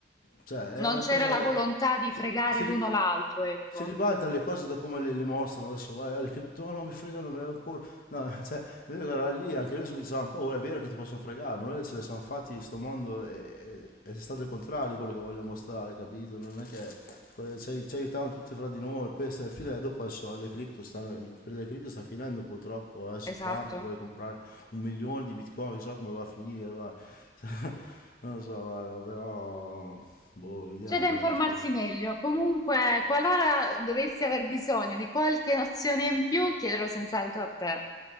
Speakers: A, on the left (about 55°); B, on the left (about 20°).
A: cioè
B: non
A: è una
B: c'era
A: cosa...
B: la volontà di
A: Si,
B: fregare
A: si
B: l'uno
A: ri-
B: l'altro, ecco,
A: si ribalta le cose da come le, le mostrano adesso vai alle cripto no, no mi fregano mi hanno paura no <laughs> cioè noi eravamo lì anche noi subito avevamo paura è vero che ti possono fregare ma noi ce le siamo fatti sto mondo è, è- è stato il contrario di quello che voglio mostrare capito non è che que- ci, ci aiutavamo tutti fra di noi, poi alla fine dopo adesso alle cripto stanno, il periodo delle cripto sta finendo purtroppo, adesso
B: esatto.
A: Trump che vuole comprare un milione di bitcoin, chissà come va a finire, guarda. <laughs> non lo so, guarda, però boh, vediamo,
B: C'è da informarsi
A: dai, spero.
B: meglio. Comunque, qualora dovessi aver bisogno di qualche nozione in più, chiederò senz'altro a te.